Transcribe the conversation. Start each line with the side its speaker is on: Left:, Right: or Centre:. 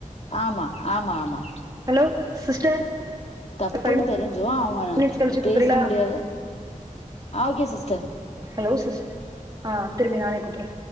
Left: ஆமா ஆமா ஆமா
Right: ஹலோ சிஸ்டர்
Left: தப்புன்னு
Right: ஒரு ஃபைவ்
Left: தெரிஞ்சு அவுங்க
Right: மினிட்ஸ் கழிச்சு கூப்பறீங்களா
Left: பேச முடியாது ஓகே சிஸ்டர்
Right: ஹலோ சிஸ் ஆஹ் திரும்பியு நானே கூப்பிறே